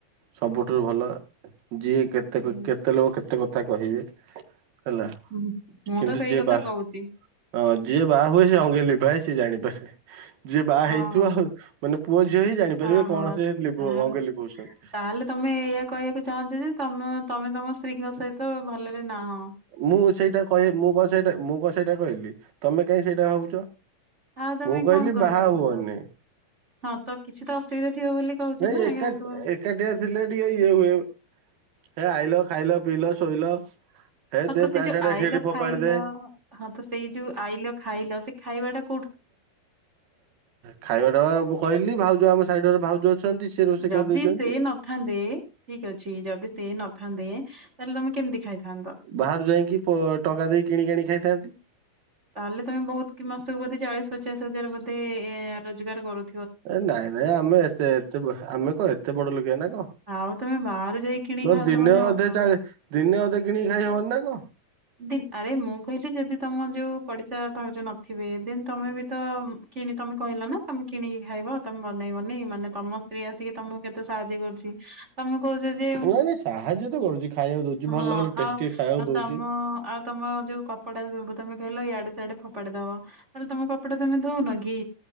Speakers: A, on the right; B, on the right.
A: ସବୁଠାରୁ ଭଲ ଯିଏ କେତେ
B: ହୁଁ
A: କେତେ ଲୋକ କେତେ କ କଥା କହିବେ। ହେଲା
B: ହୁଁ। ମୁଁ
A: କିନ୍ତୁ
B: ତ ସେଇ
A: ଯିଏ
B: କଥା
A: ବା
B: କହୁଛି।
A: ହଁ ଯିଏ ବାହା ହୁଏ ସେ ଅଙ୍ଗେ ଲିଭାଏ। ସେ ଜାଣିପାରେ। ଯିଏ ବାହା
B: ହଁ
A: ହେଇଥିବ ଆଉ <unintelligible> ଜାଣିପାରିବେ
B: ହଁ
A: କଣ
B: ହଁ
A: ସେ ଲିଭ
B: ତାହା
A: ଅଙ୍ଗେ ଲିଭଉଛନ୍ତି।
B: ତାହେଲେ ତମେ ଏଇଆ କହିବାକୁ ଚାହୁଁଛ ଯେ ତମ ତମେ ତମ ସ୍ତ୍ରୀଙ୍କ ସହିତ ଭଲରେ ନା ହ।
A: ମୁଁ ସେଇଟା କହି ମୁଁ କଣ ସେଇଟା ମୁଁ କଣ ସେଇଟା କହିଲି ତମେ କାଇଁ ସେଇଟା ଭାବୁଛ?
B: ଆଉ ତମେ
A: ମୁଁ କହିଲି
B: କଣ କହିବାକୁ
A: ବାହା ହୁଅନି
B: ଚାହୁଁଚ ହଁ ତ କିଛି ତ ଅସୁବିଧା ଥିବ ବୋଲି କହୁଛ
A: ନାଇଁ
B: ନା
A: ଏକା
B: ଆଗୁଆ।
A: ଏକାଠିଆ ଥିଲେ ଟିକେ ଇଏ ହୁଏ। ହେ ଆଇଲ ଖାଇଲ ପିଇଲ ଶୋଇଲ। ହେ
B: ହଁ
A: ଦେ
B: ତ ସେ
A: ପ୍ୟାଣ୍ଟ
B: ଯୋଉ
A: ସାର୍ଟ
B: ଆଇଲ
A: ଏଠି ସେଠି ଫୋପାଡି
B: ଖାଇଲ
A: ଦେ
B: ହଁ ତ ସେଇ ଯୋଉ ଆଇଲ ଖାଇଲ ସେ ଖାଇବାଟା
A: ଖାଇବା ଟବା ମୁଁ କହିଲି ଭାଉଜ ଯୋଉ ଆମ ସାଇଡ ରେ ଭାଉଜ ଅଛନ୍ତି ସିଏ ରୋଷେଇ
B: ଯଦି
A: କରିଦେଇଛନ୍ତି।
B: ସେ ନଥାନ୍ତେ ଠିକ ଅଛି ଯଦି ସେ ନଥାନ୍ତେ <inaudible> କେମିତି ଖାଇଥାନ୍ତ?
A: ବାହାରୁ ଯାଇକି ପ ଟଙ୍କା ଦେଇ କିଣି ଆଣିକି ଖାଇଥାନ୍ତି।
B: ତାହେଲେ ତମେ ବହୁତ କି ମାସକୁ ବୋଧେ ଚାଳିଶ ପଚାଶ ହଜାର ବୋଧେ ଏ ରୋଜଗାର କରୁ
A: ଏ ନାଇଁ ନାଇଁ ଆମେ ଏତେ ଏତେ ବ ଆମେ କ ଏତେ ବଡ ଲୋକିଇ ନା କ
B: ଆଉ ତମେ ବାହାରୁ ଯାଇକି କିଣି ଖାଉଛ
A: ଦିନେ
B: ମାନେ ଆଉ
A: ଅଧେ
B: କଣ?
A: ଚାହିଁଲେ ଦିନେ ଅଧେ କିଣିକି ଖାଇହବନି ନା କ।
B: ଦିନ୍ ଆରେ ମୁଁ କହିଲି ଯଦି ତମ ଯୋଉ ପଡିଶା ଭାଉଜ ନଥିବେ ଦିନ ତମେ ବି ତ ମ କିଣି ତମେ କହିଲ ନା ତମେ କିଣିକି ଖାଇବ ତମେ ବନେଇବନି ମାନେ ତମ ସ୍ତ୍ରୀ ଆସିକି ତମକୁ କେତେ ସାହାଯ୍ୟ କରୁଛି। ତମେ କହୁଛ ଯେ
A: ନାଇଁ ନାଇଁ ସାହାଯ୍ୟ ତ କରୁଛି ଖାଇବାକୁ ଦଉଛି ଭଲ
B: ହଁ
A: ଭଲ ଟେଷ୍ଟି
B: ଆଉ
A: ଖାଇବାକୁ
B: ଆଉ
A: ଦଉଛି।
B: ତମ ଆଉ ତମ ଯୋଉ କପଡା ସ ତମେ କହିଲ ୟା ସାଡେ ଫୋପାଡି ଦବ ତାହେଲେ ତମ କପଡଟା ତମେ ଧଉନ କି।